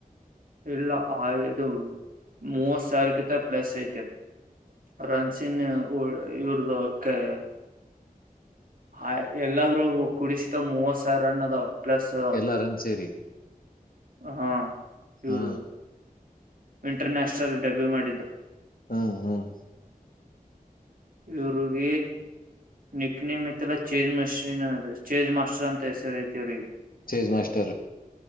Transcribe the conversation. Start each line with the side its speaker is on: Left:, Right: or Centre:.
Right: ಇಲ್ಲ ಆದು ಮೂವತ್ ಸಾವಿರಗಿಂತ ಪ್ಲಸ್ ಐತೆ ರಣಚಿನ್ ಇರ್ದುಕ್ಕೆ ಹ ಎಲ್ಲಾದ್ರೂ ಕುಡಿಸಿತಾವ್ ಮೂವತ್ ಸಾವಿರ ರನ್ ಅದಾವ ಪ್ಲಸ್ ಅದಾವ
Left: ಎಲ್ಲಾರನ್ನು ಸೇರಿ
Right: ಹಾ ಪ್ಯೂರ್
Left: ಹಾ
Right: ಇಂಟರ್ ನ್ಯಾಷನಲ್ ಡೆಬ್ಯೂ ಮಾಡಿದ್ದು
Left: ಹ್ಮ್ ಹ್ಮ್
Right: ಇವರುಗ ನಿಕ್ ನೇಮ ಐತೆಲ್ಲಾ ಚೇಜ್ ಮಷಿನ್ ಅದು ಚೇಜ್ ಮಾಸ್ಟರ್ ಅಂತ ಹೆಸರ್ ಐತಿ ಇ್ರಿಗೆ.
Left: ಚೇಜ್ ಮಾಸ್ಟರ್